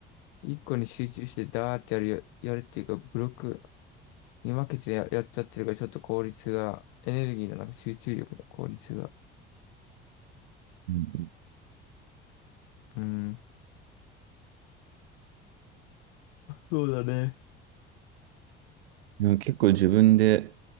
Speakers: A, on the left; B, on the right.
A: 一個に集中してダーってやるよ、やるっていうか、ブロックに分けてや、やっちゃってるから、ちょっと効率が、エネルギーのなんか集中力の効率が。
B: うん
A: うん。そうだね。
B: なんか結構自分で、